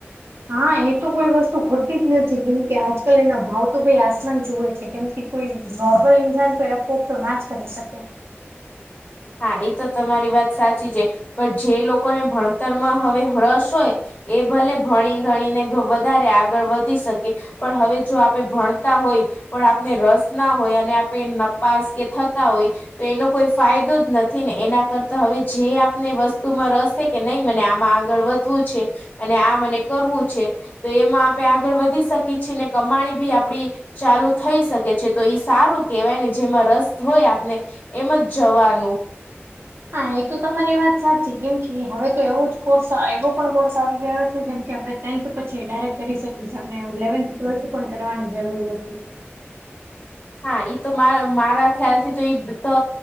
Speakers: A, on the right; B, on the left.
A: હા એ તો કોઈ વસ્તુ ખોતી જ નથી કેમ કે આજકાલ એના ભાવ તો ભાઈ આસમાન જુવે છે કેમ કે કોઈ નોર્મલ ઇન્સાન તો એપ તો ના જ કરી શકે.
B: હા એ તો તમારી વાત સાચી છે. પણ જે લોકોને ભણતરમાં હવે રસ હોય. એ ભલે ભણી ગણીને વધારે આગળ વધ શકે પણ હવે જો આપણે ભણતા હોય, પણ આપને રસ ના હોય અને આપે નપાસ કે થતા હોય તો એનો કોઈ ફાયદો નથી ને એના કરતા હવે જે આપને વસ્તુમાં રસે કે નહીં મને આમાં આગળ વધવું છે. અને આ મને કરવું છે તો એમાં આપે આગળ વધી શકીએ છીએ ને કમાણી ભી આપડી ચાલુ થઈ શકે છે તો ઈ સારું કેહેવાય ને જેમાં રસ હોય આપને એમા જ જવાનું.
A: હા એ તો તમારી વાત સાચી કેમ કે હવે તો એવો જ કોર્સ એવો પણ કોર્સ આવી ગયો છે જેમ કે આપણે ટેન્થ પછી ડાયરેક્ટ કરી શકી છે આપને ઈલેવન્થ ટ્વેલ્થ પણ કરવાની જરૂર નથી.
B: હા ઈ તો માર મારા ખ્યાલ થી તો ઈ તો